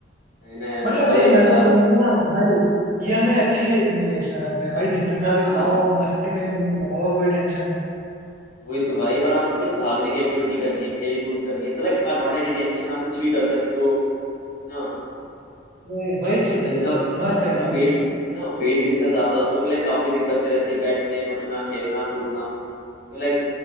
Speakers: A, on the left (about 50°); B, on the right (about 45°).
A: है ना यार
B: मतलब
A: और
B: भाई
A: लाइक
B: मैं तो कहूंगा ना भाई ये हमें अच्छी चीज मिली है एक तरह से भाई जितना भी
A: हाँ
B: खाओ मस्ती में एकदम रहो कोई टेंशन
A: वही तो भाई और आपको कुछ भागने की एक्टिविटी करनी है खेल कूद करनी है तो लाइक नॉट एनी टेंशन आप कुछ भी कर सकते हो ना
B: नहीं वही वही
A: बट
B: चीज
A: जिनका
B: है भाई मस्त
A: जिनका
B: एकदम
A: वेट ना वेट जिनका ज्यादा होता है उन्हें लाइक काफी दिक्कतें रहती है बैठने उठना खेलना कूदना तो लाइक